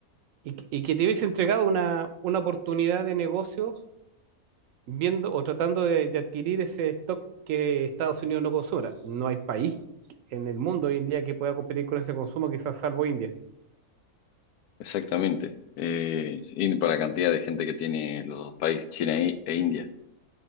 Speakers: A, on the right; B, on the left.
A: y, que y que te hubiese entregado una, una oportunidad de negocios viendo o tratando de, de adquirir ese stock que Estados Unidos no consuma. No hay país en el mundo hoy en día que pueda competir con ese consumo, quizás salvo India.
B: exactamente. Eh, y para la cantidad de gente que tiene los dos países, China e e India,